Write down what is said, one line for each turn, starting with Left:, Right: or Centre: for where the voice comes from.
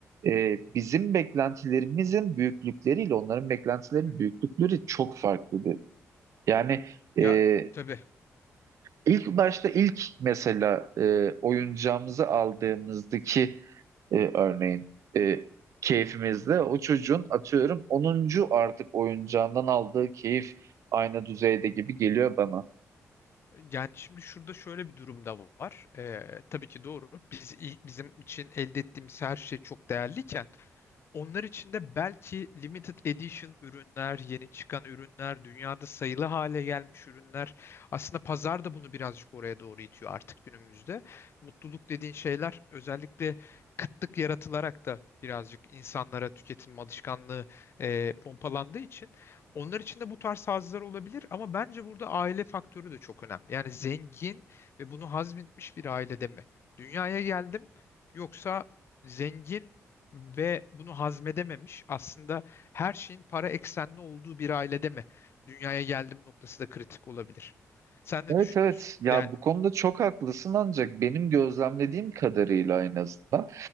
Right: e, bizim beklentilerimizin büyüklükleriyle onların beklentilerinin
Left: hı
Right: büyüklükleri
Left: hı.
Right: çok farklı. Yani e,
Left: Ya tabii.
Right: ilk başta ilk mesela e, oyuncağımızı aldığımızdaki
Left: Hı hı.
Right: e, örneğin e, keyfimizde o çocuğun atıyorum onuncu artık oyuncağından aldığı keyif aynı düzeyde gibi geliyor bana.
Left: Yani şimdi şurada şöyle bir durum da var. Eee, tabii ki doğru. Biz ilk bizim için elde ettiğimiz her şey çok değerliyken Onlar için de belki limited edition ürünler, yeni çıkan ürünler, dünyada sayılı hale gelmiş ürünler. Aslında pazar da bunu birazcık oraya doğru itiyor artık günümüzde. Mutluluk dediğin şeyler özellikle kıtlık yaratılarak da birazcık insanlara tüketim alışkanlığı eee, pompalandığı için onlar için de bu tarz hazlar olabilir ama bence burada aile faktörü de çok önemli. Yani zengin ve bunu hazmetmiş bir ailede mi? Dünyaya geldim yoksa zengin ve bunu hazmedememiş. Aslında her şeyin para eksenli olduğu bir ailede mi dünyaya geldim noktası da kritik olabilir. Sen ne
Right: Evet
Left: düşünüyorsun?
Right: evet ya
Left: Yani
Right: bu konuda çok haklısın ancak benim gözlemlediğim kadarıyla en azından.